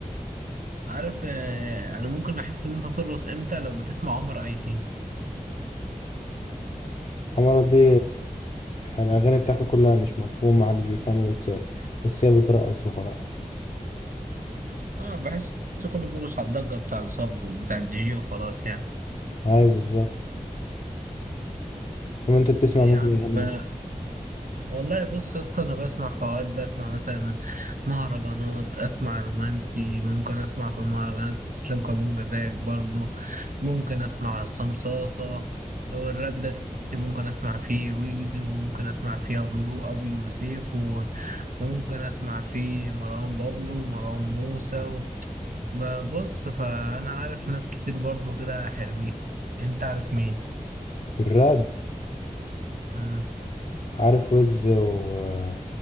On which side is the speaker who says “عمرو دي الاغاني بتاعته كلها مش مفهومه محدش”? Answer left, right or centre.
Left